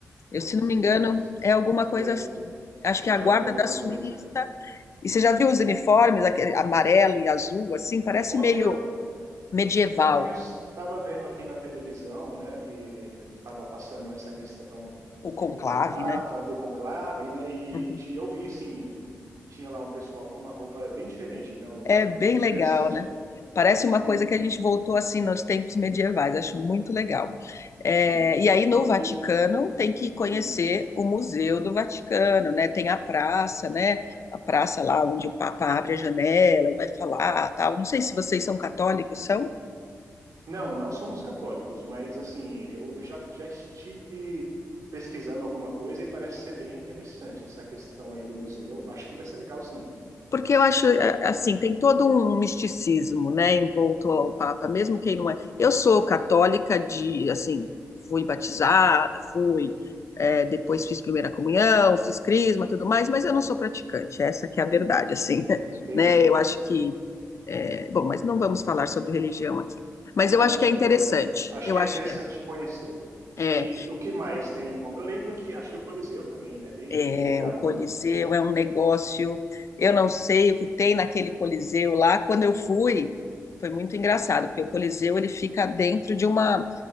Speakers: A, on the left (about 55°); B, on the right (about 70°).
A: Eu,
B: Pode
A: se não
B: ser,
A: me engano,
B: pode ser.
A: é alguma coisa
B: Eu já vi.
A: assim. Acho que é
B: Já
A: a guarda
B: ouvi alguma
A: da Suíça,
B: coisa.
A: e
B: Uhum.
A: você já viu os uniformes, aquele amarelo e azul, assim, parece
B: Ontem
A: meio
B: eu,
A: medieval,
B: ontem eu estava vendo aqui na televisão, né, que estava passando essa questão
A: o conclave,
B: eh, do Papa,
A: né?
B: do conclave, né, e
A: Uhum.
B: ti- eu vi, sim, que tinha lá um pessoal com uma roupa bem diferente, né, os guardas.
A: É bem
B: Achei
A: legal,
B: interessante.
A: né? Parece uma coisa
B: Hum,
A: que a gente voltou assim nos tempos medievais, acho muito legal. É,
B: sim.
A: e aí no Vaticano
B: E,
A: tem que conhecer
B: hum,
A: o Museu do Vaticano, né? Tem a praça, né? A praça lá onde o Papa abre a janela e vai falar, tal. Não sei se vocês são católicos, são?
B: não, não somos católicos, mas, assim, eu já, já estive pesquisando alguma coisa e parece ser bem interessante essa questão aí do museu. Acho que vai ser legal, sim.
A: Porque eu acho, a- assim, tem todo um misticismo, né, envolto ao Papa, mesmo quem não é. Eu sou católica de, assim, fui batizada, fui, é, depois fiz primeira comunhão, fiz crisma, tudo mais, mas eu não sou praticante, essa que é a verdade, assim, <laughs>
B: Entendi.
A: né, eu acho que, é, bom, mas não vamos falar sobre religião aqui. Mas
B: Não,
A: eu acho
B: não
A: que
B: tem
A: é interessante,
B: problema. Acho
A: eu
B: que
A: acho
B: é interessante
A: que é.
B: conhecer.
A: é,
B: E o que mais tem em Roma? Eu lembro que acho que o Coliseu também, né? Bem,
A: É,
B: bem legal,
A: o Coliseu
B: né?
A: é um negócio. Eu não sei o que tem naquele Coliseu lá. Quando eu fui, foi muito engraçado, porque o Coliseu ele fica dentro de uma,